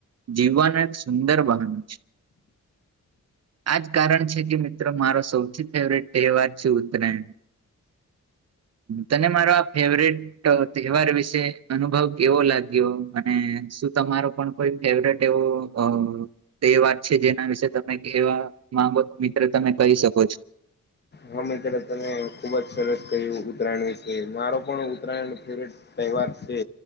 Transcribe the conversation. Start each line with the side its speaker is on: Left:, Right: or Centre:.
Right: જીવવાનું એક સુંદર છે. આજ કારણ છે. કે મિત્રો મારો સૌથી ફેવરેટ તહેવાર છે ઉત્તરાયણ, તને મારો આ ફેવરેટ, તહેવાર વિશે અનુભવ કેવો લાગ્યો? અને શું તમારો, કોઈ ફેવરેટ એવું અ, તે વાત છે જેના વિશે તમે એવા માંગો તો, મિત્ર તમે કહી શકો છો.
Left: હા મેં ત્યારે તને ખુબ જ સરસ કહ્યું. ઉત્તરાયણ વિશે મારો પણ ઉત્તરાયણ ફેવરેટ, તહેવાર છે.